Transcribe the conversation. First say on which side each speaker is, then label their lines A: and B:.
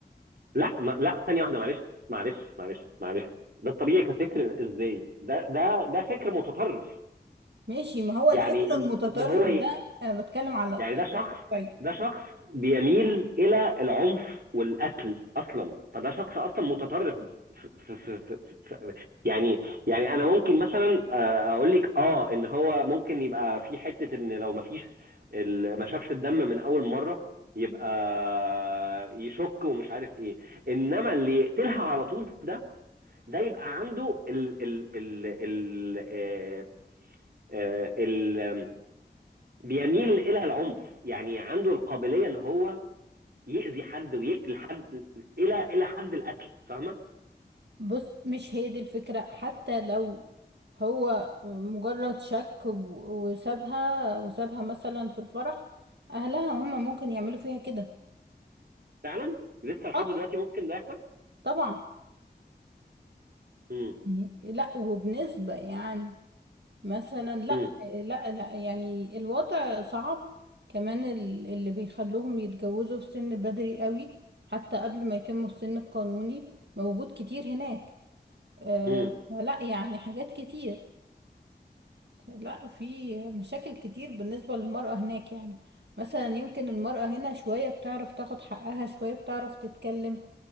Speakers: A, on the right; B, on the right.
A: لا ما لا ثانيه واحده معلش معلش معلش معلش ده الطبيعي كفكر ازاي ده ده ده فكر متطرف
B: ماشي ما هو الفكر
A: يعني ان
B: المتطرف
A: ان هو ي-
B: ده انا بتكلم على
A: يعني ده شخص
B: طيب
A: ده شخص بيميل الى العنف والقتل اصلا فده شخص اصلا متطرف ف ف ف ف ف يعني يعني انا ممكن مثلا آه، اقول لك اه ان هو ممكن يبقى في حته ان لو ما فيش ال- ما شافش الدم من اول مره يبقى يشك ومش عارف ايه انما اللي يقتلها على طول ده ده يبقى عنده ال ال ال ال آه، آه، ال- بيميل الى العنف يعني عنده القابليه ان هو يأذي حد ويقتل حد الى الى حد القتل فاهمه
B: بص مش هي دي الفكرة حتى لو هو مجرد شك و- وسابها وسابها مثلا في الفرح اهلها هما ممكن يعملوا فيها كده
A: فعلا لسه لحد
B: اه
A: دلوقتي ممكن ده يحصل
B: طبعا
A: مم.
B: يعني لا وبنسبة يعني مثلا لا
A: مم.
B: لا لا يعني الوضع صعب كمان ال- اللي بيخلوهم يتجوزوا في سن بدري قوي حتى قبل ما يتموا السن القانوني موجود كتير هناك آه،
A: مم.
B: فلا يعني حاجات كتير لا في مشاكل كتير بالنسبة للمرأة هناك يعني مثلا يمكن المرأة هنا شوية بتعرف تاخد حقها شوية بتعرف تتكلم